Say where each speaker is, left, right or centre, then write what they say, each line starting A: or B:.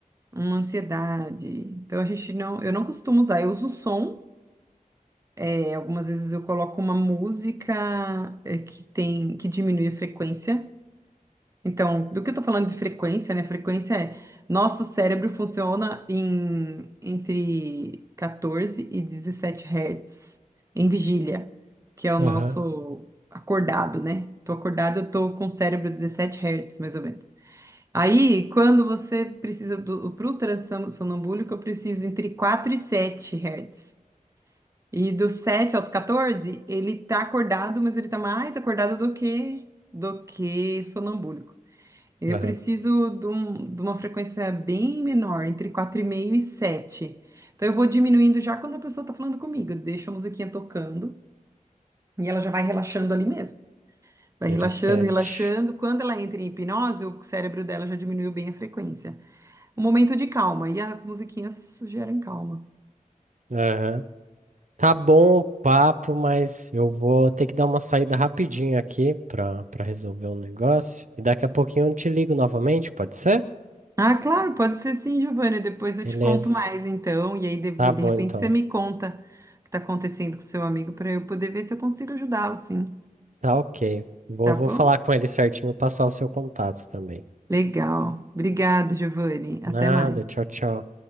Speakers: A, on the right; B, on the right.
A: uma ansiedade. Então a gente não, eu não costumo usar, eu uso o som. É, algumas vezes eu coloco uma música é, que tem que diminui a frequência. Então, do que eu tô falando de frequência, né? Frequência é nosso cérebro funciona em entre 14 e 17 hertz em vigília, que é o
B: Aham,
A: nosso acordado, né? Tô acordado, eu tô com o cérebro 17 hertz, mais ou menos. Aí, quando você precisa do pro transa- sonambúlico, eu preciso entre 4 e 7 hertz. E dos 7 aos 14, ele tá acordado, mas ele tá mais acordado do que do que sonambúlico. Eu
B: aham,
A: preciso de, um- de uma frequência bem menor, entre quatro e meio e 7. Então eu vou diminuindo já quando a pessoa está falando comigo. Eu deixo a musiquinha tocando e ela já vai relaxando ali mesmo. Vai
B: Interessante.
A: relaxando, relaxando. Quando ela entra em hipnose, o cérebro dela já diminuiu bem a frequência. Um momento de calma. E as musiquinhas geram calma.
B: Aham. Tá bom o papo, mas eu vou ter que dar uma saída rapidinho aqui para para resolver um negócio. E daqui a pouquinho eu te ligo novamente, pode ser?
A: Ah, claro, pode ser sim, Giovana. Depois eu
B: Beleza.
A: te conto mais, então. E aí, de,
B: Tá bom
A: de repente,
B: então.
A: você me conta o que está acontecendo com seu amigo para eu poder ver se eu consigo ajudá-lo, sim.
B: Tá ok. Vou,
A: Tá
B: vou
A: bom?
B: falar com ele certinho, passar o seu contato também.
A: Legal. Obrigado, Giovanni.
B: Nada,
A: Até mais.
B: tchau, tchau.